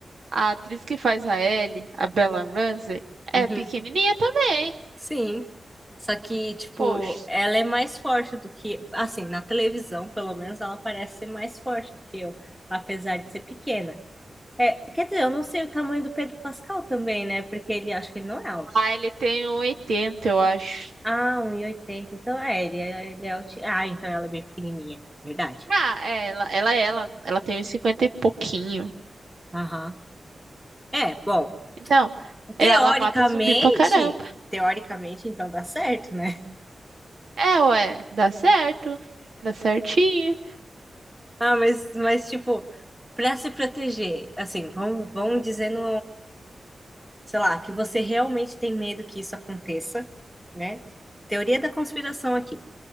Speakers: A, on the right; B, in the centre.
A: a atriz que faz a Ellie, a Bella Ramsey, é
B: uhum.
A: pequenininha também.
B: Sim. Só que, tipo,
A: Poxa.
B: ela é mais forte do que. Assim, na televisão, pelo menos, ela parece ser mais forte do que eu, apesar de ser pequena. É, quer dizer, eu não sei o tamanho do Pedro Pascal também, né? Porque ele acho que ele não é alto.
A: Ah, ele tem um 80, eu acho.
B: Ah, 1,80. Então, é, ele é, ele é alto. Ah, então ela é bem pequenininha. Verdade.
A: Ah, é, ela, ela, é ela, ela tem uns 50 e pouquinho.
B: Aham. É, bom.
A: Então,
B: Teoricamente.
A: ela mata zumbi pra caramba.
B: Teoricamente, então dá certo, né?
A: É, ué, dá certo, dá certinho.
B: Ah, mas, mas tipo, para se proteger, assim, vamos, vamos dizendo. sei lá, que você realmente tem medo que isso aconteça, né? Teoria da conspiração aqui.